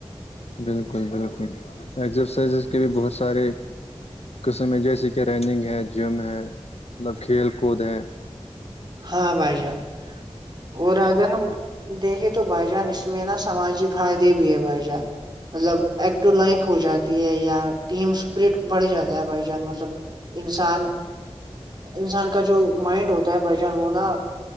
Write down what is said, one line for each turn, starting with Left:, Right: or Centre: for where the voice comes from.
Left: بالکل بالکل ایکسرسائزز کے بھی بہت سارے قسمیں جیسے کہ رننگ ہے جم ہے مطلب کھیل کود ہے
Right: ہاں بھائی جان اور اگر ہم دیکھیے تو بھائی جان اس میں نا سماجی فائدے بھی ہے بھائی جان مطلب ایکٹو لائف ہو جاتی ہے یا ٹیمسپرٹ بڑ جاتا ہے بھائی چان مطلب انسان انسان کا جو مائنڈ ہوتا ہے جان نا